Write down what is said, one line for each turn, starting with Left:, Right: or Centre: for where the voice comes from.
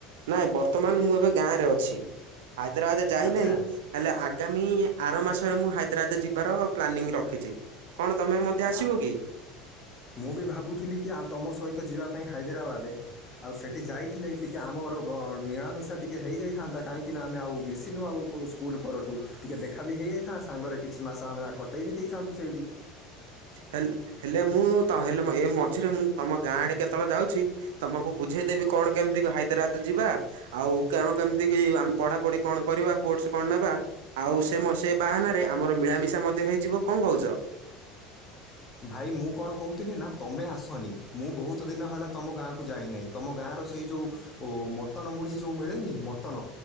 Right: ନାଇଁ ବର୍ତ୍ତମାନ ମୁଁ ଏବେ ଗାଁ ରେ ଅଛି, ହାଇଦ୍ରାବାଦ ଯାଇ
Left: ଆଚ୍ଛା
Right: ନାହିଁ। ହେଲେ ଆଗାମୀ ଆର ମାସରେ ମୁଁ ହାଇଦ୍ରାବାଦ ଯିବାର ପ୍ଲାନିଂ ରଖିଛି। କଣ ତମେ ମଧ୍ୟ ଆସିବ
Left: ଆ-
Right: କି?
Left: ମୁଁ ବି ଭାବୁଥିଲି କି ଆଉ ତମ ସହିତ ଯିବା ପାଇଁ ହାଇଦ୍ରାବାଦ ଆଉ ସେଇଠି ଯାଇ ଥିଲେ ଟିକେ ଆମର ବନ୍ ମିଳାମିଶା ଟିକେ ହୋଇଯାଇଥାନ୍ତା କାହିଁକିନା ଆମେ ଆଉ ମିଶିନୁ ଆଉ କେଉଁ ସ୍କୁଲ ପରଠୁ ଟିକେଏ ଦେଖା ବି ହେଇଯାଇ ଥା ସାଙ୍ଗରେ କିଛି ମାସ ଆମେ କଟେଇ ବି ଦେଇଥାନ୍ତୁ ସେଇଠି।
Right: ହେଲେ ହେଲେ ମୁଁ ହେଲେ ଏ ମଝିରେ ମୁଁ ତମ ଗାଁ ଆଡେ କେତେବେଳେ ଯାଉଛି ତମକୁ ବୁ ଝେଇ ଦେବି କଣ କେମିତି ହାଇଦ୍ରାବାଦ ଯିବା ଆଉ କଣ କେମିତି ଆମେ ପଢାପଢି କଣ କରିବା କୋର୍ସ କଣ ନବା? ଆଉ ସେ ସେ ବାହାନାରେ ଆମର ମିଳାମିଶା ମଧ୍ୟ ହେଇଯିବ, କଅଁ କହୁଛ?
Left: ଭାଇ ମୁଁ କଣ କହୁଥିଲି ନା ତୁମେ ଆସନି, ମୁଁ ବହୁତ ଦିନ ହେଲା ତୁମ ଗାଁକୁ ଯାଇନାହିଁ। ତମ ଗାଁର ସେଇ ଯୋଉ ମଟନ ମୁଢ଼ି ଯୋଉ ମିଳେନି ମଟନ